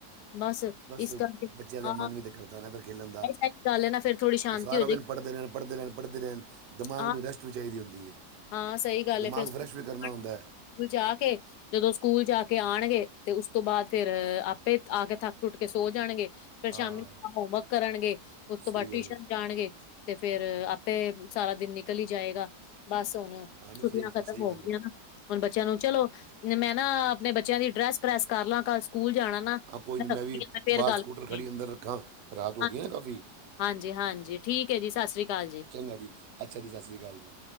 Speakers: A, on the left; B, on the right.
A: ਬਸ। ਇਸ
B: ਬਸ
A: ਕਰਕੇ
B: ਬੱਚਿਆਂ ਦਾ
A: ਹਾਂ
B: ਮਨ ਵੀ ਤੇ ਕਰਦਾ ਏ ਨਾ ਏਦਰ ਖੇਲਣ ਦਾ।
A: ਇਹ ਸਾਰੀ ਗੱਲ ਹੈ ਨਾ ਫੇਰ ਥੋੜ੍ਹੀ ਸ਼ਾਂਤੀ
B: ਉਹ ਸਾਰਾ
A: ਹੋ ਜਾਏਗੀ
B: ਦਿਨ ਪੜ੍ਹਦੇ ਰਹਿਣ, ਪੜ੍ਹਦੇ ਰਹਿਣ, ਪੜ੍ਹਦੇ ਰਹਿਣ, ਦਿਮਾਗ
A: ਹਾਂ
B: ਨੂੰ ਰੈਸਟ ਵੀ ਚਾਹੀਦੀ ਹੁੰਦੀ ਹੈ।
A: ਹਾਂ ਸਹੀ ਗੱਲ
B: ਦਿਮਾਗ
A: ਏ ਫੇਰ ਸਕੂਲ
B: ਫਰੈੱਸ਼ ਵੀ ਕਰਨਾ
A: ਜਾਣਗੇ
B: ਹੁੰਦਾ
A: ਨਾ, ਫਿਰ
B: ਹੈ।
A: ਸਕੂਲ ਜਾ ਕੇ ਸ ਜਦੋਂ ਸਕੂਲ ਜਾ ਕੇ ਆਣਗੇ ਤੇ ਉਸ ਤੋਂ ਬਾਅਦ ਫਿਰ ਅ ਅ ਆਪੇ ਆ ਕੇ ਥੱਕ ਟੁੱਟ ਕੇ ਸੋ ਜਾਣਗੇ। ਫੇਰ ਸ਼ਾਮੀ
B: ਹਾਂ
A: ਹੋ ਹੋਮਵਰਕ ਕਰਣਗੇ ਸ ਉਸ ਤੋਂ
B: ਸਹੀ
A: ਬਾਅਦ
B: ਗੱਲ
A: ਟੁਇਸ਼ਣ
B: ਹੈ
A: ਜਾਣਗੇ ਸ ਤੇ ਫੇਰ ਆਪੇ ਮ ਸਾਰਾ ਦਿਨ ਨਿਕਲ ਈ ਜਾਏਗਾ ਸ ਬਸ ਹੁਣ।
B: ਹਾਂ ਨਹੀਂ
A: ਛੁੱਟੀਆਂ
B: ਸਹੀ ਗੱਲ
A: ਖਤਮ
B: ਸਹੀ
A: ਹੋ
B: ਗੱਲ
A: ਗਈਆਂ
B: ਹੈ
A: ਹਨ। ਹੁਣ ਬੱਚਿਆਂ ਨੂੰ, ਚਲੋ ਨਿ ਮੈਂ ਨਾ ਆ ਆਪਣੇ ਬੱਚਿਆਂ ਦੀ ਡਰੈੱਸ ਪ੍ਰੈਸ ਕਰ ਲਾਂ ਕੱਲ ਸਕੂਲ ਜਾਣਾ। ਮੈਂ,
B: ਹਾਂ ਕੋਈ
A: ਮੈਂ
B: ਨਹੀਂ
A: ਰੱਖਦੀ
B: ਵੀ
A: ਹਾਂ ਮੈਂ ਫਿਰ
B: ਬਾਹਰ
A: ਗੱਲ
B: ਸਕੂਟਰ
A: ਕਰਦੀ
B: ਖੜੀ
A: ਹਾਂ
B: ਅੰਦਰ ਰੱਖਾਂ ਰਾਤ ਹੋ
A: <inaudible>
B: ਗਈ
A: ਹਾਂਜੀ।
B: ਨਾ ਕਾਫੀ
A: ਹਾਂਜੀ-ਹਾਂਜੀ, ਠੀਕ ਏ ਜੀ, ਸਤਿ ਸ਼੍ਰੀ ਅਕਾਲ ਜੀ।
B: ਚੰਗਾ ਜੀ। ਅੱਛਾਜੀ, ਸਤਿ ਸ਼੍ਰੀ ਅਕਾਲ ਜੀ।